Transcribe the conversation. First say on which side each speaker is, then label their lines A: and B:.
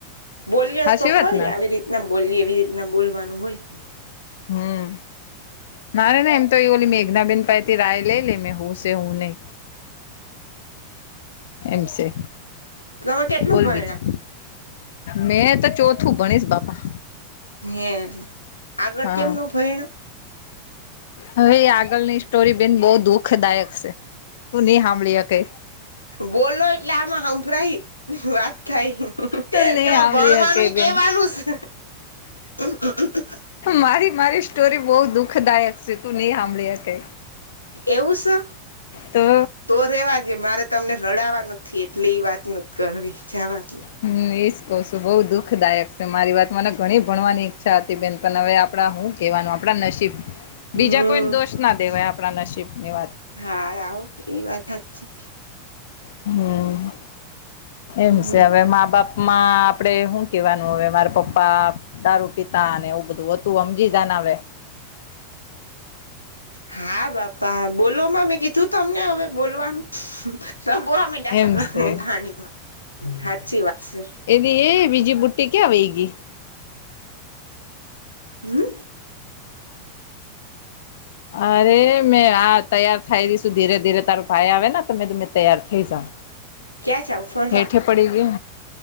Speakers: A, on the left; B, on the left.
A: બોલિયેજ
B: હાચી
A: તો
B: વાત
A: ખરી
B: ને
A: આવી રીતના બોલીએ એવી રીતના બોલવાનું હોય
B: હમ્મ ના રે ના એમ તો એ બોલી મે મેઘનાબેન પાઈથી રાય લઈ લે મે હું છે હું નહી એમ છે
A: તમે કેટલું
B: બોલ
A: ભયણા
B: બીજું મેં તો ચોથું ભણીસ બાપા
A: હે આગળ
B: હા
A: કેમનો ભણ્યા?
B: હવે આગળની સ્ટોરી બેન બો દુઃખદાયક છે. તું ની સાંભળી હકે
A: બોલો એટલે આમાં સંભળાય વાત થાય
B: તું નહી
A: એમાં
B: સાંભળી
A: ભણવાનું
B: હકે
A: કેવાનું
B: બેન
A: છે. <unintelligible>
B: મારી મારી સ્ટોરી બો દુઃખદાયક છે તું નહી સાંભળી શકે
A: એવું છે
B: તો
A: તો રેવાજ મારે તમને રડાવા નથી એટલે એ વાત નથી કરવી જવાત
B: હમ્મ એ જ કહ છું બઉુ દુખદાયક છે મારી વાત મને ઘણી ભણવાની ઈચ્છા હતી બેન પણ હવે આપણા હું કેવાનું આપણા નસીબ
A: હમ
B: બીજા કોઈ દોષ ના દેવાય નસીબની
A: હારાઓ એ વાત હાચી.
B: હમ્મ. એમ
A: હમ
B: છે હવે મા બાપમાં આપડે શું કેવાનું હવે મારા પપ્પા દારૂ પિતા અને એવું બધું હતું સમમજી જાને આવે
A: હા બાપા બોલોમાં મેં કીધું તમને હવે બોલવાનું તો બોવા માંડ્યા
B: એમ છે
A: કણીમાં સાચી વાત છે
B: એવી એ બીજી બુટી ક્યા વય ગી
A: હમ્મ.
B: અરે મેં હા તૈયાર થાય રશું ધીરે ધીરે તારો ભાઈ આવે ને તમે તમે તૈયાર થઇ જાવ
A: ક્યાં જાવ ફરવા?
B: હેઠે પડી ગય,